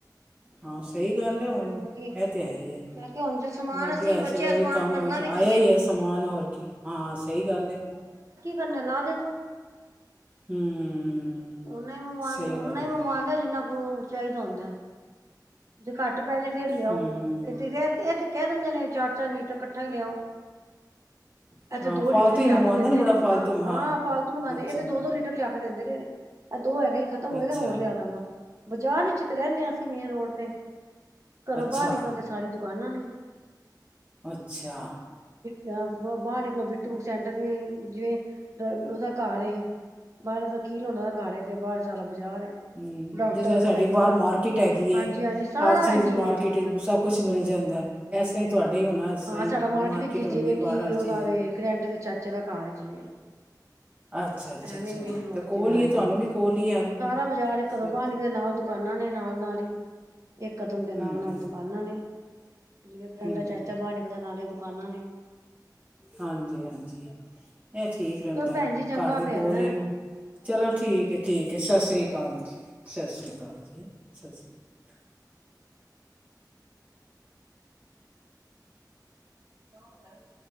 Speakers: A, on the right; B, on the right.
A: ਹਾਂ। ਸਹੀ ਗੱਲ ਐ। ਹੁਣ
B: ਹੋਰ ਕੀ
A: ਇਹ ਤੇ ਹੈ ਹੀ ਹੈ।
B: ਮੈਂ ਕਿਹਾ ਹੁਣ ਜੇ ਸਮਾਨ
A: ਲੱਗਿਆ
B: ਅਸੀਂ ਬੱਚਿਆਂ
A: ਚਲ
B: ਸਮਾਨ
A: ਵੀ ਕੰਮ
B: ਕਰਨਾ ਵੀ
A: ਆਇਆ
B: ਕੀ
A: ਈ
B: ਹੈ।
A: ਐ। ਸਭ ਸਮਾਨ ਹੋਰ ਕੀ, ਹਾਂ ਸਹੀ ਗੱਲ ਐ।
B: ਕਨੈ ਲਾ ਦੇ ਤੂੰ
A: ਹੂੰ।
B: ਉਹ ਨਾ ਹੀ ਮੰਗਵਾ-ਓਨਾ
A: ਸਹੀ ਗੱਲ
B: ਹੀ ਮੰਗਵਾਉਂਦਾ
A: ਹੈ
B: ਜਿੰਨਾ ਕੋ ਉਹ ਚਾਹੀਦਾ ਹੁੰਦਾ ਐ। ਜੇ ਘੱਟ ਪੈ ਜੇ ਫੇਰ ਲਿਆਓ,
A: ਹਮ
B: ਇਹ ਤ- ਇਹ ਤੇ ਕਹਿ ਦਿੰਦੇ ਨੇ, ਚਾਰ -ਚਾਰ ਲੀਟਰ ਇਕੱਠਾ ਹੀ ਲਿਆਓ। ਐ ਤਾ
A: ਹਾਂ
B: ਦੋ
A: ਫਾਲਤੂ
B: ਲੀਟਰ ਹੀ ਲਿਆ
A: ਮੰਗਵਾਉਂਦੇ
B: ਕੇ ਦਿੰਦੇ
A: ਬੜਾ
B: ਨੇ, ਨਾ
A: ਫਾਲਤੂ
B: ਹਾਂ ਫਾਲਤੂ ਮੰਗਵਾਉਂਦੇ।
A: ਅੱਛਾ
B: ਇਹ ਤੇ ਦੋ -ਦੋ ਲੀਟਰ ਲਿਆ ਕੇ ਦਿੰਦੇ ਰਹੇ ਨੇ। ਇਹ ਦੋ ਹੈਗੇ ਹੀ ਖਤਮ ਹੋਏ
A: ਅੱਛਾ
B: ਹੋਰ ਲਿਆ ਦਾਂਗਾ? ਬਾਜ਼ਾਰ ਵਿੱਚ ਤੇ ਰਹਿੰਦੇ ਹਾਂ ਅਸੀਂ ਮੇਨ ਰੋਡ ਤੇ ਘਰੋਂ
A: ਅੱਛਾ
B: ਬਾਹਰ ਨਿਕਲੋ ਤੇ ਸਾਰੀਆਂ ਦੁਕਾਨਾਂ ਨੇ
A: ਅੱਛਾ।
B: ਜਾਂ ਬਾਹਰ ਨਿਕਲੋ ਬਿੱਟੂ ਸੈਂਟਰ ਹੈ। ਜਿਵੇਂ ਉਹਦਾ ਘਰ ਐ। ਬਾਹਰ ਵਕੀਲ ਹੁਣਾ ਦਾ ਘਰ ਐ, ਤੇ ਬਾਹਰ ਸਾਰਾ ਬਜ਼ਾਰ
A: ਹਮ
B: ਡਾਕਟਰ,
A: ਜਿਸ ਤਰ੍ਹਾਂ ਸਾਡੀ
B: ਮੈਡੀਕਲ
A: ਬਾਹਰ ਮਾਰਕੀਟ ਹੈਗੀ ਏ
B: ਹਾਂਜੀ ਹਾਂਜੀ। ਸਾਰਾ
A: ਹਰ ਚੀਜ਼
B: ਇੰਜ ਹੀ
A: ਮਾਰਕੀਟ
B: ਐ। ਹਾਂਜੀ
A: ਸਭ ਕੁਛ ਮਿਲ ਜਾਂਦਾ ਇਸ ਤਰ੍ਹਾਂ ਹੀ ਤੁਹਾਡੇ ਹੀ ਹੋਣਾ ਇਸ
B: ਹਾਂ।
A: ਤਰ੍ਹਾਂ ਹੀ
B: ਸਾਡਾ ਮਾਰਕੀਟ ਵਿੱਚ
A: ਹੋਣੀ
B: ਜਿਵੇਂ,
A: ਹੈ
B: ਕਿ
A: ਬਾਹਰ ਹਰ
B: ਉਹਦਾ
A: ਚੀਜ਼
B: ਕਰੈਟ ਦੇ ਵਿਚੱ ਚਾਚੇ ਦਾ ਘਰ ਹੈ। ਜਿਵੇ
A: ਅੱਛਾ ਅੱਛਾ
B: ਐਵੇਂ
A: ਅੱਛਾ
B: ਮੇਨ ਰੋਡ
A: ਕੋਲ
B: ਤੇ ਐ ਹਾਂਜੀ।
A: ਹੀ ਹੈ ਤੁਹਾਨੂੰ ਵੀ ਕੋਲ ਹੀ ਯਾਰ
B: ਸਾਰਾ ਬਾਜ਼ਾਰ ਘਰੋਂ
A: ਸਭ
B: ਬਾਹਰ ਨੇ ਨਾਲ ਦੁਕਾਨਾਂ ਨੇ ਨਾਲ -ਨਾਲ ਹੀ ਇਕ ਕਦਮ ਤੇ ਨਾਲ
A: ਹਮ
B: -ਨਾਲ ਦੁਕਾਨਾਂ ਨੇ ਜਿਵੇਂ ਕੈਟ
A: ਹਮ
B: ਦਾ ਚਾਚਾ ਬਾਹਰ ਨਿਕਲਦਾ, ਨਾਲੇ ਦੁਕਾਨਾਂ ਨੇ
A: ਹਾਂਜੀ ਹਾਂਜੀ। ਇਹ ਠੀਕ ਰਹਿੰਦਾ,
B: ਚਲੋ ਭੈਣ ਜੀ ਚੰਗਾ
A: ਘਰ
B: ਫੇਰ
A: ਦੇ ਕੋਲ
B: ਹੈਂ।
A: ਈ ਚਲੋ ਠੀਕ ਹੈ, ਠੀਕ ਹੈ, ਸਤਿ ਸ਼੍ਰੀ ਅਕਾਲ ਜੀ। ਸਤਿ ਸ਼੍ਰੀ ਅਕਾਲ ਜੀ। ਸਤਿ ਸ਼੍ਰੀ ਅਕਾਲ
B: ਉਹ ਨੂੰ ਕਿਹ ਦੇ